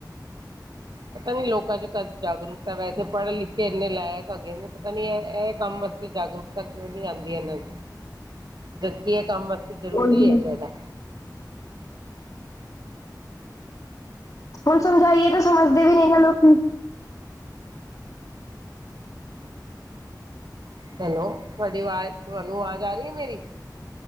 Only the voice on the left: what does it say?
<inaudible>
ਉਹੀ
ਹੁਣ ਸਮਝਾਈਏ ਤਾਂ ਸਮਝਦੇ ਵੀ ਨਹੀਂ ਨਾਂ ਲੋਕੀ